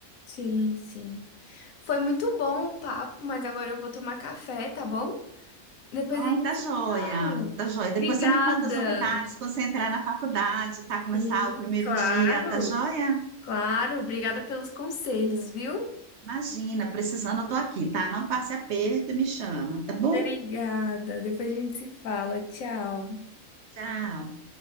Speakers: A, on the left; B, on the right.
A: Sim, sim. Foi muito bom o papo, mas agora eu vou tomar café, tá bom? Depois
B: Ai,
A: a gente
B: tá
A: se
B: joia,
A: fala.
B: tá joia.
A: Obrigada.
B: Depois você me conta as novidades, quando você entrar na faculdade, tá? Começar
A: Sim,
B: o primeiro
A: claro.
B: dia, tá joia?
A: Claro, obrigada pelos conselhos, viu?
B: Imagina, precisando, eu tô aqui, tá? Não passe aperto e me chama, tá bom?
A: Obrigada. Depois a gente se fala. Tchau.
B: Tchau.